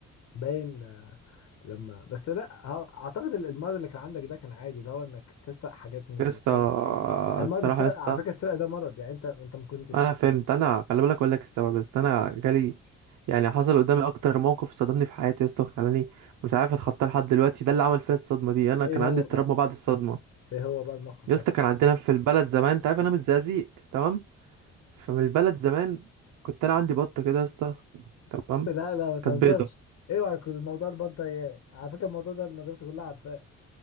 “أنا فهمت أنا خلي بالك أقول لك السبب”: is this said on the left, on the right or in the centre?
Right